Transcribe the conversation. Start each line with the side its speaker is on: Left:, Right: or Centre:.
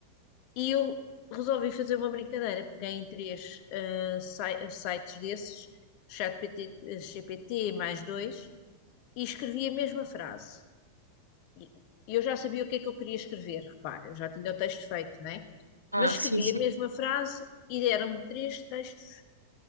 Left: e eu resolvi fazer uma brincadeira. Peguei em três ah, si- sites desses, ChatGPT, eh, GPT mais dois, e escrevi a mesma frase. E e eu já sabia o que é que eu queria escrever, repara, eu já tinha o texto feito, né?
Right: Ah,
Left: Mas escrevi
Right: sim, sim.
Left: a mesma frase e deram-me três textos